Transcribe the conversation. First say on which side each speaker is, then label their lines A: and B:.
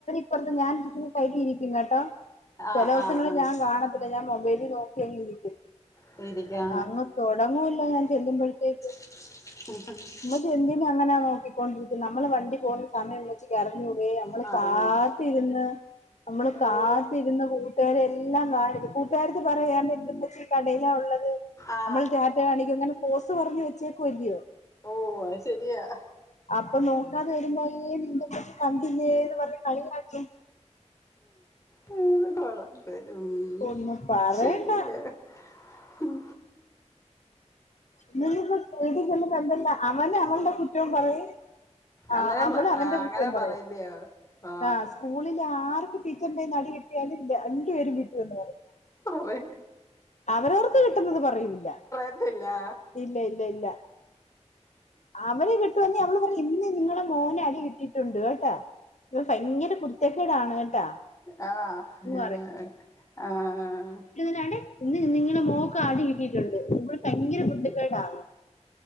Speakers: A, on the left (about 75°); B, on the left (about 25°).
A: ഇപ്പറത്ത് ഞാൻ ഇരിക്കുന്ന സൈഡിൽ ഇരിക്കും കേട്ടോ
B: ആ ആ
A: ചില ദിവസങ്ങളി
B: ആ ആ
A: ഞാൻ കാണാ പിന്നെ ഞാൻ മൊബൈലിൽ നോക്കി അങ്ങ് ഇരിക്കും
B: <unintelligible>
A: അങ്ങ് തുടങ്ങുവല്ലോ ഞാൻ ചെല്ലുമ്പോഴത്തേക്ക്
B: <unintelligible>
A: ഉമ്മച്ചി എന്തിനാ അങ്ങനെ നോക്കി <unintelligible> നമ്മള വണ്ടി പോകുന്ന സമയം ഉമ്മച്ചിക്ക് അറിഞ്ഞു കൂടെ നമ്മള്
B: ആ അറിഞ്ഞൂടെ
A: കാത്തിരുന്ന് നമ്മള് കാത്തിരുന്ന്
B: ഓ
A: കൂട്ടുകാരെയെല്ലാം കാണിച്ച് കൂട്ടകാരെടുത്ത് പറ ദാ എൻ്റെ ഉമ്മിച്ചി കടയിലാ ഉള്ളത്
B: ആ
A: നമ്മള് റ്റാറ്റ കാണിക്കുന്നേന് പോസ് പറഞ്ഞ് വെച്ചേക്കു അല്ലയോ
B: ഓ അത് ശരിയാ
A: അപ്പൊ നോക്കാതെ വരുമ്പോ അയ്യേ നിന്റെ ഉമ്മച്ചി കണ്ടില്ലേന്ന് പറഞ്ഞ് കളിയാക്കും
B: അത് കൊള്ളാം എന്തായാലും ഉം
A: ഒന്നും പറയണ്ട
B: ശരിയെന്നാ ഉം
A: <unintelligible> അവൻ അവളുടെ കുറ്റം പറയും ആഹ്
B: അങ്ങനെ
A: അവള് അവന്റെ കുറ്റം
B: അങ്ങനെ
A: പറയും
B: പറയില്ലയോ ആ
A: ആഹ് സ്കൂളില് ആർക്ക് ടീച്ചറിന്റെ കയ്യിന്ന് അടി കി കിട്ടിയാല് രണ്ട് പേരും വീട്ടി വന്ന് പറയും
B: പറയും
A: അവരോർക്ക് കിട്ടുന്നത് പറയൂല്ലാ
B: അത് ഇല്ലാ
A: ഇല്ല ഇല്ല ഇല്ല അവന് കിട്ടുവാന്നേ അവള് പറയും ഇന്ന് നിങ്ങള മോന് അടി കിട്ടിയിട്ടുണ്ട് കേട്ടാ ഇവൻ ഭയങ്കര കുരുത്തക്കേടാണ് കേട്ടാ
B: ആണോ
A: എന്ന്
B: ആഹ് ആഹ്
A: ദാണ്ടേ ഇന്ന് നിങ്ങള മോൾക്ക് അടി കിട്ടിയിട്ടുണ്ട് ഇവള് ഭയങ്കര കുരുത്തക്കേടാണ്